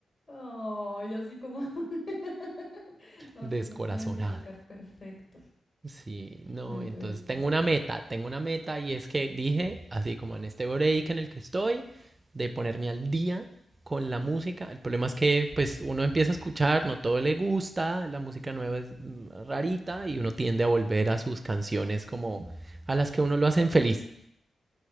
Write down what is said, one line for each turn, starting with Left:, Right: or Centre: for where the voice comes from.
Left: Ay, así como. <laughs> No,
Right: descorazonado.
Left: sí me puedo identificar perfecto.
Right: Sí, no,
Left: Me
Right: entonces
Left: puedo ident-
Right: tengo una meta, tengo una meta y es que dije, así como en este break en el que estoy, de ponerme al día con la música. El problema es que pues uno empieza a escuchar, no todo le gusta, la música nueva es mm, rarita y uno tiende a volver a sus canciones como a las que uno lo hacen feliz.